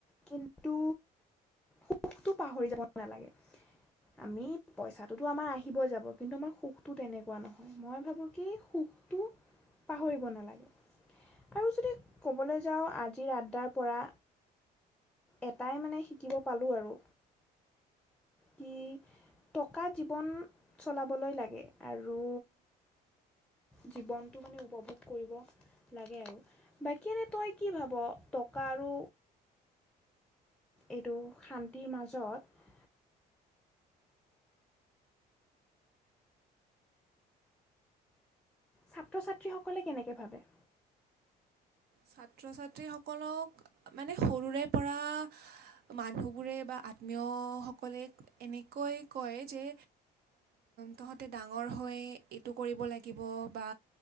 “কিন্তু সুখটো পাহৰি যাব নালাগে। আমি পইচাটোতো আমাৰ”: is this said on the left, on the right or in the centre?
Centre